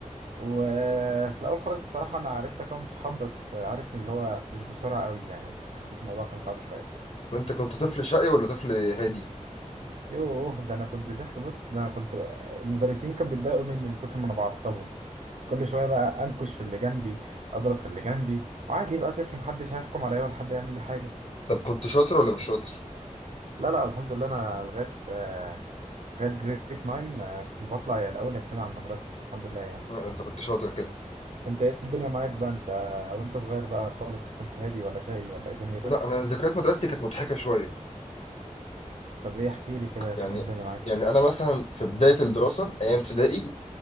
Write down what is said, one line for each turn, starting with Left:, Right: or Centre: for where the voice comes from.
Right: وفي الأول خالص بصراحة أنا عرفت أكون صحاب بس عارف اللي هو مش بسرعة قوي يعني حسيت الموضوع كان صعب شوية
Left: وانت كنت طفل شقي ولا طفل هادي
Right: يوه ده انا كنت طفل بص ده انا كنت المدرسين كانوا بيتضايقوا مني من كتر ما انا بعصبهم كل شويه بقى انكش في اللي جنبي اضرب في اللي جنبي وعادي بقى طفل محدش هيحكم عليا ولا حد يعمل لي حاجه
Left: طب كنت شاطر ولا مش شاطر
Right: لا لا الحمد لله انا لغايه آه، لغايه جريد 9 آه، كنت بطلع يا الاول هتين على المدرسه الحمد لله يعني
Left: لا ده انت كنت شاطر كده
Right: انت ايه الدنيا معاك بقى انت وانت صغير بقى خالص كنت هادي ولا شقي ولا ايه دنيتك
Left: لا انا ذكريات مدرستي كانت مضحكه شويه
Right: طب ايه احكي لي كده كان
Left: يعني
Right: ايه الدنيا معاك
Left: يعني انا مثلا في بدايه الدراسه ايام ابتدائي